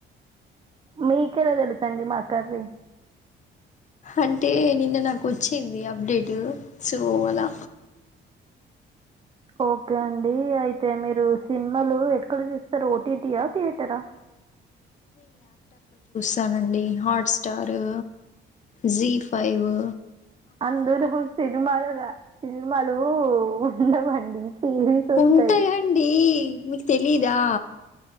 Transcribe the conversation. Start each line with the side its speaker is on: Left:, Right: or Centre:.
Right: మీకెల తెలుసండి మా కర్రీ
Left: అంటే నిన్న నాకు వచ్చింది అప్డేట్ సో అలా
Right: ఓకే అండి అయితే మీరు సినిమాలు ఎక్కడ చూస్తారు ఓటీటీయా థియేటరా
Left: తానండి హాట్స్టారు జీ ఫైవు
Right: అందలో సినిమాలు రా సినిమాలు ఉండవండి సిరీస్ వస్తాయి
Left: ఉంటాయండి మీక్ తెలీయదా